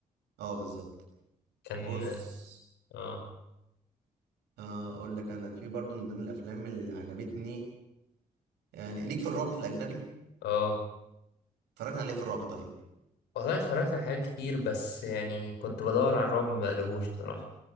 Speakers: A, on the right (about 85°); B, on the left (about 85°).
A: اه بالظبط
B: كان
A: بص
B: اه
A: آه، اقول لك انا في برضو من ضمن الافلام اللي عجبتني يعني ليك في الرعب في الاجنبي
B: اه
A: اتفرجت عليه في الرعب طيب
B: والله اتفرجت على حاجات كتير بس يعني كنت بدور على الرعب ما بقلهوش بصراحة